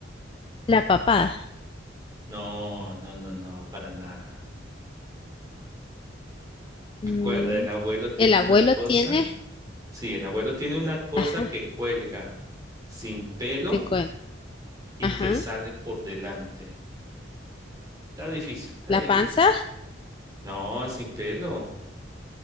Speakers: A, on the left (about 25°); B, on the right (about 20°).
A: La papada.
B: No, no, no, no, para nada.
A: Mm,
B: Recuerda, el abuelo tiene
A: el abuelo
B: una cosa.
A: tiene,
B: Sí, el abuelo tiene una cosa
A: ajá,
B: que cuelga sin pelo
A: qué cuen-
B: y
A: ajá,
B: que sale por delante. Está difícil, está
A: la
B: difícil.
A: panza.
B: No, sin pelo.